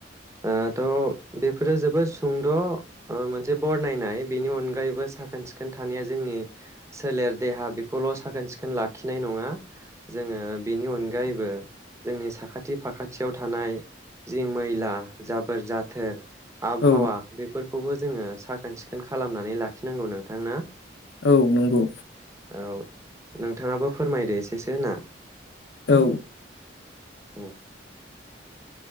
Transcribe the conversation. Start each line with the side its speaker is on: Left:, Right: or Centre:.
Right: ओ थ' बेफोरो जोबोद सुंद' ओ मोनसे बरनायनाय बेनि अनगायैबो साखोन सिखोन थानाया जोंनि सोलेर देहा बेखौल' साखोन सिखोन लाखिनाय नङा जोङो बेनि अनगायैबो जोंनि साखाथि फाखाथियाव थानाय जि मैला जाबोर जाथोर आबहावा
Left: औ
Right: बेफोरखौबो। जोङो साखोन सिखोन खालामनानै लाखिनांगौ नोंथां ना।
Left: औ नंगौ।
Right: औ नोंथाङाबो फोरमायदो एसेसो ना।
Left: औ।
Right: औ